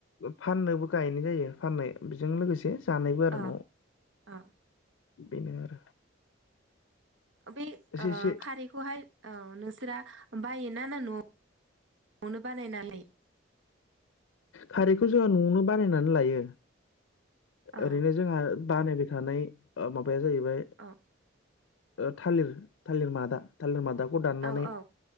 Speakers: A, on the left; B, on the right.
A: फाननोबो गायनाय जायो फाननाय बेजों लोगोसे जानायबो
B: औ
A: आरो नआव
B: औ
A: बेनो आरो
B: बे
A: एसे
B: ओ
A: एसे
B: खारैखौहाय औ नोंसोरा बायोना ना न नआवनो बानाय नालाय
A: खारैखौ जोङा नआवनो बानायनानै लायो
B: औ
A: ओरैनो जोंहा बानायबाय थानाय ओ माबाया जाहैबाय
B: औ
A: ओ थालिर थालिर मादा थालिर मादाखौ दाननानै
B: औ औ